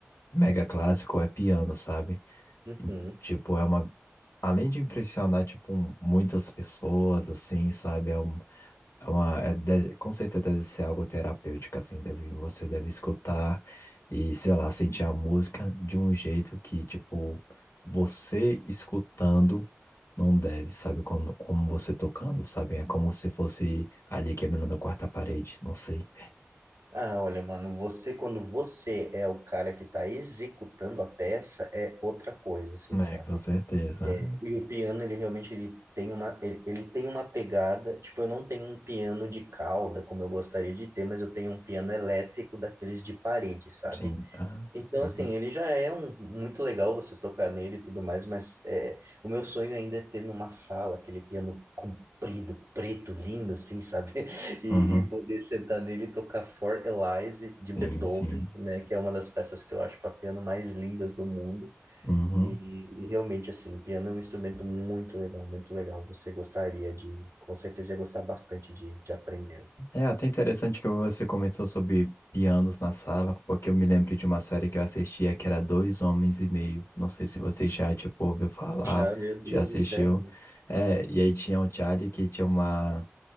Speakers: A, on the left; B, on the right.
A: mega clássico é piano, sabe?
B: Uhum.
A: E, tipo, é uma além de impressionar tipo um- muitas pessoas assim, sabe? É um é uma, é, deve- com certeza deve ser algo terapêutico, assim, deve, você deve escutar e, sei lá, sentir a música de um jeito que, tipo, você escutando não deve, sabe? Como, como você tocando, sabe? É como se fosse ali quebrando a quarta parede, não sei.
B: Ah, olha, mano, você, quando você é o cara que tá executando a peça, é outra coisa, assim,
A: É,
B: sabe?
A: com certeza.
B: É, e o piano, ele realmente ele tem uma, ele, ele tem uma pegada. Tipo, eu não tenho um piano de cauda, como eu gostaria de ter, mas eu tenho um piano elétrico daqueles de parede, sabe?
A: Sim. Ah,
B: Então,
A: uhum.
B: assim, ele já é um, muito legal você tocar nele e tudo mais, mas é, o meu sonho ainda é ter numa sala aquele piano comprido, preto, lindo, assim, sabe? <laughs> E,
A: Uhum.
B: e poder sentar nele e tocar For Elise de Beethoven,
A: Sim, sim.
B: né? Que é uma das peças que eu acho para piano mais lindas do mundo.
A: Uhum.
B: E, e realmente, assim, piano é um instrumento muito legal, muito legal. Você gostaria de, com certeza, ia gostar bastante de, de aprendê-lo.
A: É até interessante que você comentou sobre pianos na sala, porque eu me lembro de uma série que eu assistia que era Dois Homens e Meio. Não sei se você já, tipo, ouviu falar,
B: Já, meu
A: já
B: Deus
A: assistiu.
B: do céu. né?
A: É, e aí tinha o Charlie que tinha uma